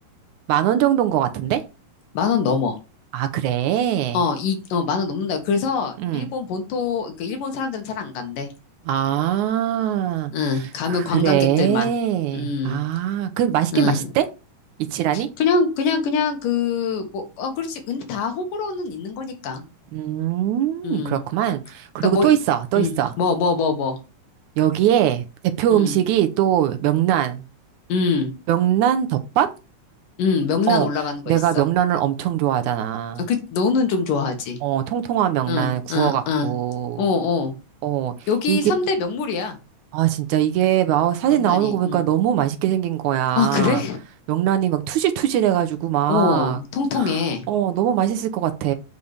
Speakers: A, on the right; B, on the left.
A: 만원 정도인 것 같은데?
B: 만 원 넘어.
A: 아, 그래?
B: 어, 이, 어, 만 원 넘는다. 그래서
A: 응.
B: 일본 본토, 그러니까 일본 사람들은 잘 안 간대.
A: 아,
B: 응, 가면
A: 그래.
B: 관광객들만. 음,
A: 아, 그럼 맛있긴
B: 음.
A: 맛있대? 이치라니?
B: 그냥, 그냥, 그냥 그, 뭐, 어, 그렇지. 근데 다 호불호는 있는 거니까.
A: 음,
B: 음,
A: 그렇구만. 그리고
B: 그니까 뭐,
A: 또
B: 이-
A: 있어, 또
B: 음,
A: 있어.
B: 뭐, 뭐, 뭐, 뭐.
A: 여기에 대표
B: 음,
A: 음식이 또 명란.
B: 음,
A: 명란 덮밥?
B: 음, 명란
A: 어,
B: 올라가는
A: 내가
B: 거 있어.
A: 명란을 엄청 좋아하잖아.
B: 아, 그, 너는 좀 좋아하지.
A: 어, 통통한 명란
B: 응,
A: 구워갖고.
B: 응, 응. 어, 어.
A: 어,
B: 여기
A: 이게,
B: 3대 명물이야.
A: 아, 진짜 이게 막 사진
B: 명란이,
A: 나오는 거 보니까
B: 응.
A: 너무 맛있게 생긴 거야.
B: 아, 그래?
A: 명란이 막 투질투질 해가지고 막,
B: 어, 통통해.
A: <gasps> 어, 너무 맛있을 것 같아.